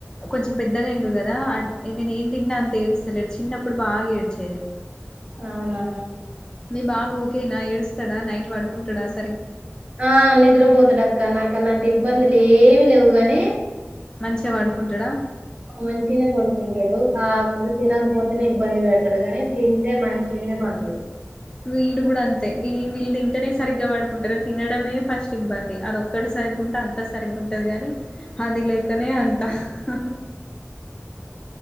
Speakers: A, on the left; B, on the right.
A: కొంచెం పెద్దగా అయ్యిండు కదా నేను ఏం తిన్నా అంత ఏడుస్తలేడు చిన్నప్పుడు బాగా ఏడ్చేది
B: అవునా
A: మీ బాబు ఓకేనా ఏడుస్తాడా నైట్ పడుకుంటాడా అసలు
B: ఆ నిద్రపోతాడు అక్క నాకు అలాంటిది ఇబ్బందులు ఏమి లేవు గాని
A: మంచిగా పడుకుంటాడా
B: ఆ మంచిగనే బడుకుంటాడు ఆ తినకపోతేనే ఇబ్బంది పెడతాడు కానీ తింటే మంచిగానే పడుకుంటాడు
A: వీడు కూడా అంతే ఈ వీళ్ళ తింటనే సరిగ్గా పడుకుంటారు తినడమే ఫస్ట్ ఇబ్బంది అది ఒక్కటి సరిగ్గా ఉంటే అంతా సరిగ్గు ఉంటంది కాని అది లేకనే అంత త హు